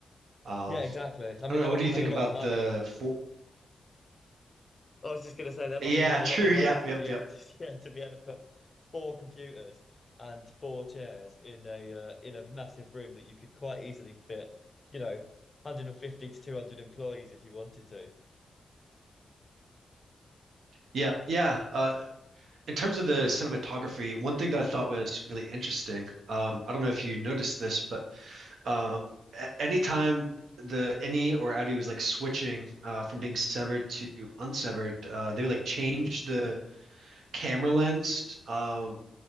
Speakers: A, on the right; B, on the left.
A: Um,
B: Yeah, exactly. I mean,
A: I don't
B: they
A: know.
B: must
A: What do
B: have
A: you think
B: had a lot
A: about
B: of money.
A: the four?
B: I was just gonna say they must
A: Yeah,
B: have had
A: <laughs>
B: a
A: true.
B: lot of
A: Yep,
B: money to
A: yep,
B: be
A: yep,
B: able to, <laughs> yeah, to be able to put four computers and four chairs in a uh, in a massive room that you could quite easily fit, you know, 150 to 200 employees if you wanted to.
A: yeah, yeah. Uh, in terms of the cinematography, one thing that I thought was really interesting. Um, I don't know if you noticed this, but um a- anytime the innie or outie was like switching uh from being severed to unsevered uh they would like change the camera lens um